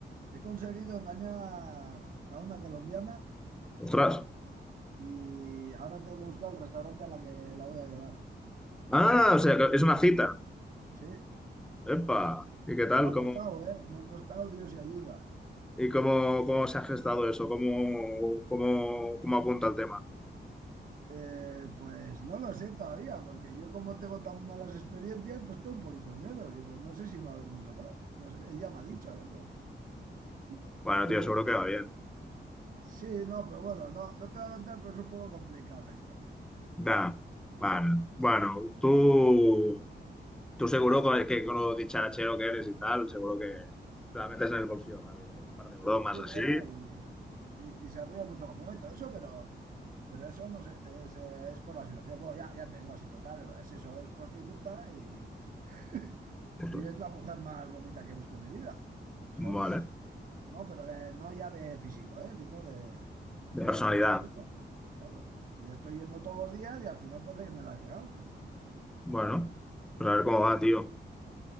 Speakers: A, on the right; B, in the centre.
A: he conseguido engañar a una colombiana
B: Ostras.
A: y ahora tengo que buscar el restaurante a la que la voy a llevar.
B: Ah, o sea, que es una cita.
A: Sí,
B: Epa. ¿Y qué tal?
A: y me ha
B: ¿Cómo,
A: costado, ¿eh? Me ha costado, Dios y ayuda.
B: y cómo, cómo se ha gestado eso? ¿Cómo, cómo, cómo apunta el tema?
A: Eh, pues no lo sé todavía, porque yo como tengo tan malas experiencias, pues tengo un poquito de miedo. Digo, no sé si va a venir o no. No sé, ella me ha dicho, ¿eh? Y,
B: Bueno,
A: y
B: tío,
A: luego,
B: seguro que va bien.
A: sí, no, pero bueno, no, no te voy a contar, pero es un poco complicado la historia.
B: Ya. Vale. Bueno, tú. Tú seguro con- que con lo dicharachero que eres y tal, seguro que te la metes en el bolsillo rápido, con un par de bromas
A: Sí, no,
B: así.
A: va, y, y- y se ríe mucho conmigo y todo eso, pero, pero eso no sé, es, eh, es por la situación. Bueno, ya, ya te digo, si total, es eso, es prostituta y, <laughs>
B: Ostras,
A: y es la mujer más bonita que he visto en mi vida. O sea, es,
B: Vale,
A: no, pero de, no ya de físico, ¿eh? Digo de,
B: de personalidad.
A: de cómo es ella, claro. Y estoy yendo todos los días y al final parece que me la ha ligado. <laughs>
B: Bueno, pues a ver cómo va, tío.